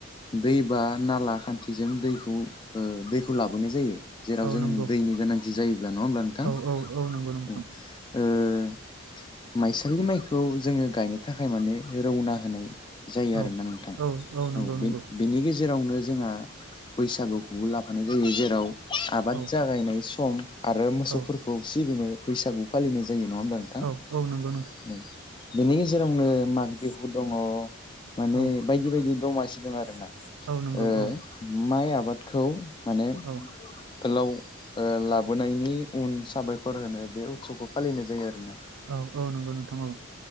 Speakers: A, on the left (about 20°); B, on the right (about 85°).
A: दै बा नाला खान्थिजों दैखौ ओ दैखौ लाबोनाय जायो जेराव
B: औ
A: जों
B: नंगौ
A: दैनि गोनांथि जायोब्ला नङा होमब्ला नोंथां
B: औ औ नंगौ नोंथां
A: औ ओ माइसालि माइखौ जोङो गायनो थाखाय माने रौना होनाय जायो
B: औ
A: आरोना नोंथां
B: औ नंगौ
A: औ बेन
B: नंगौ
A: बेनि गेजेरावनो जोंहा बैसागु खौबो लाफानाय जायो जेराव आबाद
B: औ
A: जागायनाय सम आरो मोसौफोरखौ
B: औ
A: सिबिनो बैसागु फालिनाय जायो नङा होमब्ला नोंथां
B: औ औ नंगौ
A: बेनि जेरावनो माग बिहु दङ माने
B: औ
A: बायदि बायदि दमासि दों आरोना
B: औ नंगौ
A: ओ
B: औ
A: माइ आबाद खौ माने
B: औ
A: गोलाव ओ लाबोनायनि उन साबायखर होनो बे उत्सबखौ फालिनाय जायो आरोना
B: औ औ नंगौ नोंथां औ